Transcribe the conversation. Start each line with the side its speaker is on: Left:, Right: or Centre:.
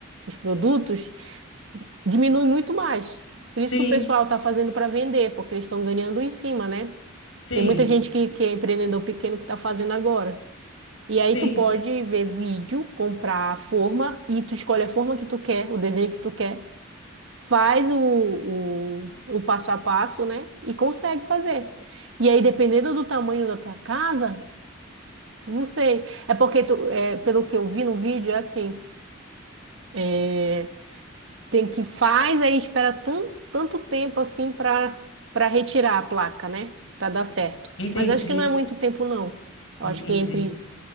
Right: os produtos, diminui muito mais. Por
Left: Sim,
Right: isso que o pessoal tá fazendo para vender, porque eles estão ganhando em cima, né?
Left: sim,
Right: Tem muita gente que, que é empreendedor pequeno que está fazendo agora. E
Left: sim.
Right: aí tu pode ver vídeo, comprar a forma e tu escolhe a forma que tu quer, o desenho que tu quer. Faz o, o, o passo a passo, né? E consegue fazer. E aí, dependendo do tamanho da tua casa, não sei. É porque, tu, é, pelo que eu vi no vídeo, é assim. é, Tem que faz, aí espera tanto, tanto tempo assim para para retirar a placa, né? Para dar certo.
Left: Entendi,
Right: Mas acho que não é muito tempo, não. Eu
Left: entendi.
Right: acho que entre,